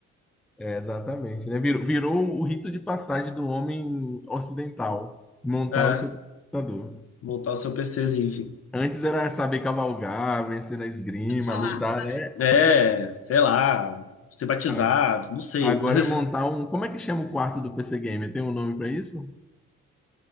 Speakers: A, in the centre; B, on the left.
A: É, exatamente, né? Virou, virou o rito de passagem do homem ocidental, montar
B: é,
A: o seu computador.
B: montar o seu PCzinho, enfim.
A: Antes era saber cavalgar, vencer na esgrima,
B: Falar.
A: lutar, né?
B: É, sei lá, ser batizado,
A: A-
B: não sei.
A: Agora
B: Mas... <laughs>
A: é montar um. Como é que chama o quarto do PC Gamer? Tem um nome pra isso?